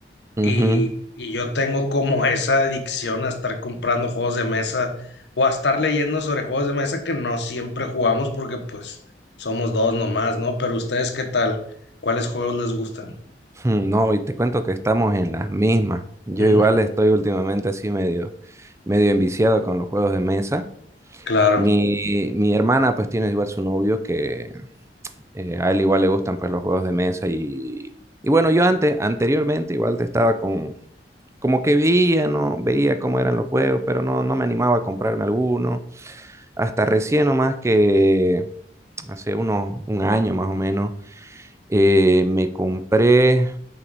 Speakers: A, on the right; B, on the left.
A: ujú.
B: Y,
A: <laughs>
B: y yo tengo como <laughs> esa adicción a estar comprando juegos de mesa o a estar leyendo sobre juegos de mesa que no siempre jugamos porque pues somos dos nomás, ¿no? Pero ustedes, ¿qué tal? ¿Cuáles juegos les gustan?
A: Hmm, No, y te cuento que estamos en las mismas. Yo
B: Ujú,
A: igual estoy últimamente así medio, medio enviciado con los juegos de mesa.
B: claro.
A: Mi, mi hermana pues tiene igual su novio que eh, a él igual le gustan pues los juegos de mesa y, y bueno, yo antes, anteriormente igual te estaba con, como que veía, ¿no? Veía cómo eran los juegos, pero no, no me animaba a comprarme alguno. Hasta recién nomás que hace unos, un año más o menos, eh, me compré,